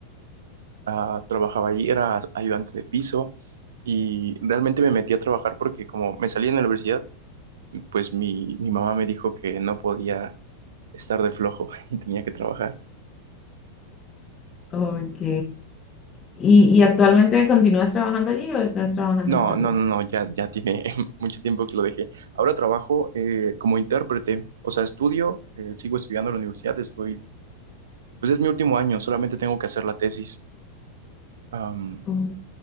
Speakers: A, on the right (about 65°); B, on the left (about 25°).
A: ah, trabajaba ahí, era ayudante de piso y realmente me metí a trabajar porque como me salí en la universidad, pues mi, mi mamá me dijo que no podía estar de flojo <laughs> y tenía que trabajar.
B: Ok. ¿Y, y actualmente continúas trabajando allí o estás trabajando
A: No,
B: en otra
A: no,
B: cosa?
A: no, no, ya, ya tiene <laughs> mucho tiempo que lo dejé. Ahora trabajo eh, como intérprete, o sea, estudio, eh, sigo estudiando en la universidad, estoy, pues es mi último año, solamente tengo que hacer la tesis. Am,
B: Oh,